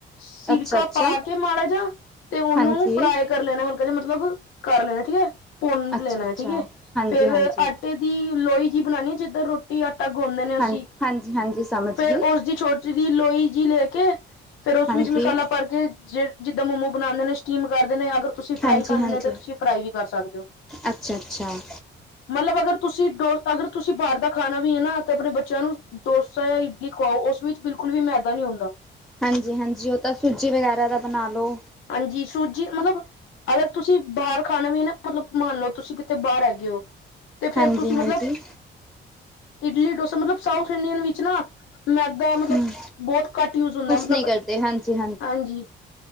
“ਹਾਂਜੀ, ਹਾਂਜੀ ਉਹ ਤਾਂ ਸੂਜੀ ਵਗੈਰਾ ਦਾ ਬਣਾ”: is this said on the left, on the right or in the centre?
Centre